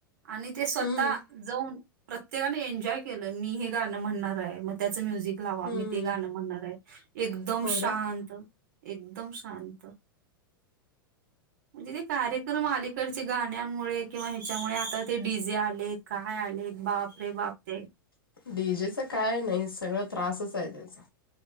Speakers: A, on the right; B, on the left.
A: आणि ते स्वतः
B: हं,
A: जाऊन प्रत्येकाने एन्जॉय केलं, मी ‌हे गाणं म्हणणार आहे मग त्याचं म्युझिक लावा
B: हं.
A: मी ते गाणं म्हणणार आहे, एकदम
B: होय
A: शांत,
B: ना?
A: एकदम शांत म्हणजे ते कार्यक्रम अलीकडचे गाण्यांमुळे किंवा ह्याच्यामुळे आता ते डीजे आले काय आले बाप रे बाप ते
B: डीजेच काय नाही सगळ त्रासच आहे त्याचा.